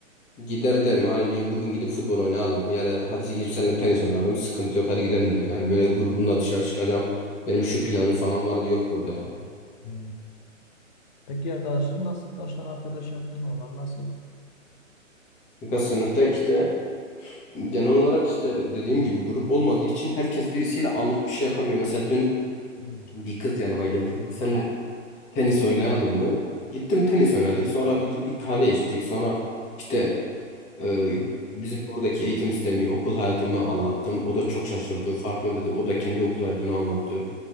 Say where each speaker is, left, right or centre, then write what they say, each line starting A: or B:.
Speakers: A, on the left; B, on the left.
A: gider derim hani bir bugün gidip futbol oynayalım ya da hadi gidip seninle tenis oynayalım. Sıkıntı yok hadi gidelim der. Yani böyle grubumla
B: Hı,
A: dışarı çıkacağım. Benim şu planım falan vardı yok burada ya.
B: hı. Peki arkadaşların nasıl? Kaç tane arkadaş yaptın? Onlar nasıl?
A: Çünkü sınıfta işte genel olarak işte dediğim gibi grup olmadığı için herkes birisiyle anlık bir şey yapabiliyor. Mesela dün
B: Hı,
A: bir kız yanıma geldi dedi seninle tenis oynayalım mı? Gittim tenis oynadık sonra bir, bir kahve içtik sonra işte Ee,
B: hı,
A: bizim oradaki eğitim sistemi, okul hayatımı anlattım. O da çok şaşırdı. Farklı dedi. O da kendi okul hayatını anlattı.